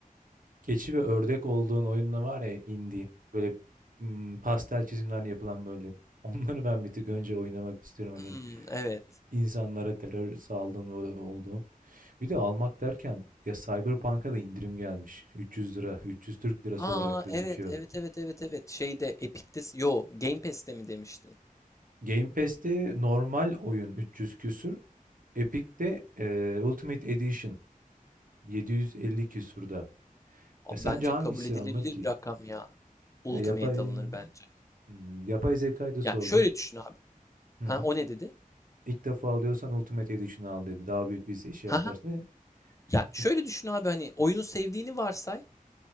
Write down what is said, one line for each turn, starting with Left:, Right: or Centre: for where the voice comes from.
Right: keçi ve ördek olduğun oyunla var ya indie. Böyle mm, pastel çizimler yapılan böyle. <laughs> Onları ben bir tık önce oynamak istiyorum. Hani
Left: Hmm, evet.
Right: İnsanlara terör saldığın ol- olduğun. Bir de almak derken ya Cyberpunk'a da indirim gelmiş. 300 lira, 300 Türk lirası
Left: Aa
Right: olarak gözüküyor.
Left: evet evet evet evet evet. Şeyde Epic'te yo Game Pass'te mi demiştin?
Right: Game Pass'te normal oyun 300 küsür. Epic'te e, Ultimate Edition 750 küsürde.
Left: Abi
Right: Ya sence
Left: bence
Right: hangisi
Left: kabul edilebilir
Right: alınır ki?
Left: bir rakam ya. Ultimate
Right: Ya yapay
Left: alınır bence.
Right: Hmm, yapay zekayı da sordum.
Left: Ya şöyle düşün abi.
Right: Hı
Left: Ha
Right: hı.
Left: o ne dedi?
Right: İlk defa alıyorsan Ultimate Edition'ı al dedi. Daha büyük bir şey
Left: Ha
Right: yaparsın.
Left: ha. Ya
Right: Çünkü
Left: şöyle düşün abi hani oyunu sevdiğini varsay.